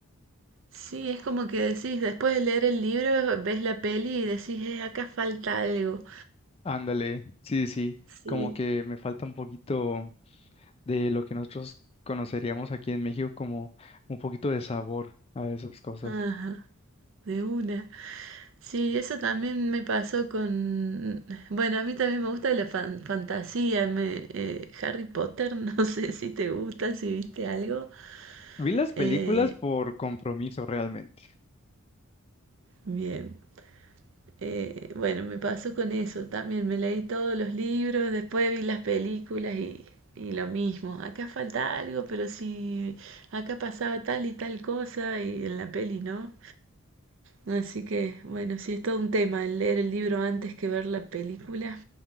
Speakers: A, on the right; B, on the left.
A: Sí, es como que decís, después de leer el libro, ves la peli y decís, "Eh, acá falta algo.
B: Ándale, sí, sí,
A: Sí,
B: como que me falta un poquito de lo que nosotros conoceríamos aquí en México como un poquito de sabor a esas cosas.
A: ajá, de una. Sí, eso también me pasó con... Bueno, a mí también me gusta la fan- fantasía, me, eh, Harry Potter, <laughs> no sé si te gusta, si viste algo.
B: Vi las películas
A: Eh,
B: por compromiso realmente.
A: bien. Eh, bueno, me pasó con eso también. Me leí todos los libros, después vi las películas y, y lo mismo. Acá falta algo, pero si acá pasaba tal y tal cosa y en la peli no. Así que, bueno, sí, es todo un tema el leer el libro antes que ver la película.